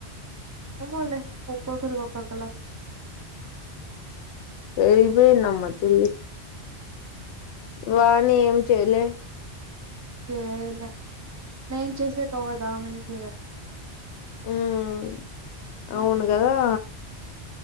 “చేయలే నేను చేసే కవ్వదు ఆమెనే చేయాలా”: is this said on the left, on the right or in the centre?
Right